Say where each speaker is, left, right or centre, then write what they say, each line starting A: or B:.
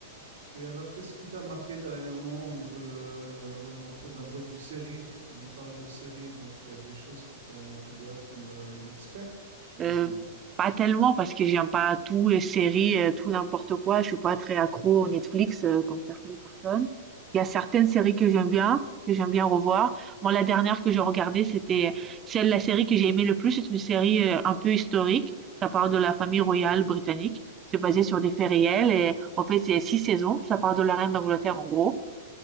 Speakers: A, on the right; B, on the right.
A: et alors, qu'est-ce qui t'a marqué dernièrement au niveau de, euh, en po- d'un point de vue série? Tu me parles de série, donc il y a des choses qui t'ont. Tu dois être une, euh, une experte, j'imagine.
B: Heu, pas tellement parce que j'aime pas tout, les séries, heu, tout n'importe quoi. Je suis pas très accro aux Netflix, heu, comme certaines personnes. Il y a certaines séries que j'aime bien, que j'aime bien revoir. Moi, la dernière que j'ai regardée, c'était celle la série que j'ai aimée le plus, c'est une série, heu, un peu historique. Ça parle de la famille royale britannique. C'est basé sur des faits réels et en fait, c'est 6 saisons. Ça parle de la reine d'Angleterre, en gros